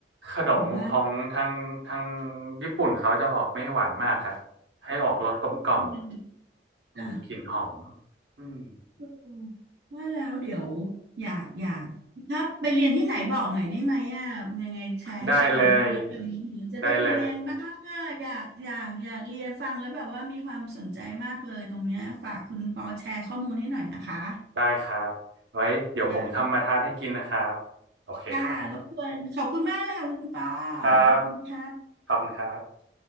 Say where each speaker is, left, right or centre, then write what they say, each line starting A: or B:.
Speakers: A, on the right (about 90°); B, on the right (about 60°).
A: ขนมของทางทาง
B: บอกว่า
A: ญี่ปุ่นเขาจะออกไม่หวานมากครับให้ออกรสกลมกล่อม
B: อืมจ้ะ
A: มีกลิ่นหอมอืม
B: อืมว่าแล้วเดี๋ยวอยากอยากถ้าไปเรียนที่ไหนบอกหน่อยได้ไหมอ่ะยังไงแชร์ให้พี่ฟังนิดนึงแล้วกันเดี๋ยวจะได้ไปเรียนบ้างอ่ะอยากอยากอยากเรียนฟังแล้วแบบว่ามีความสนใจมากเลยตรงเนี้ยฝากคุณปอแชร์ข้อมูลให้หน่อยนะคะ
A: ได้เลยได้เลย ได้ครับไว้เดี๋ยวผมทำมาทานให้กินนะครับโอเคครับ
B: ได้าจ้ารบกวนขอบคุณมากเลยค่ะคุณปอ
A: ครับ
B: ขอบคุณค่ะ
A: ขอบคุณครับ